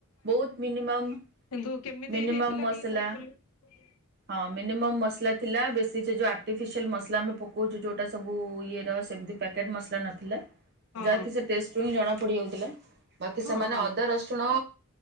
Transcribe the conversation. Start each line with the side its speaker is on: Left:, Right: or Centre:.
Right: ବହୁତ ମିନିମମ୍
Left: ହୀନ୍ତୁ କେମିତି
Right: ମିନିମମ୍
Left: ହେଇଥିଲା
Right: ମସଲା
Left: ଟିକେ କହିପାରିବେ?
Right: ହଁ ମିନିମମ୍ ମସଲା ଥିଲା, ବେଶୀ ସେ ଯୋଉ ଆର୍ଟିଫିସିଆଲ ମସଲା ଆମେ ପକୌଚୁ ଯୋଉଟା ସବୁ ଇଏ ର ସେମିତି ପ୍ୟାକେଟ ମସଲା ନଥିଲା
Left: ହଁ
Right: ଯାହାକି ସେ ଟେଷ୍ଟ ରୁ ହିଁ ଜଣା ପଡିଯାଉଥିଲା। ବାକି
Left: ହଁ
Right: ସେମାନେ
Left: ହଁ
Right: ଅଦା ରସୁଣ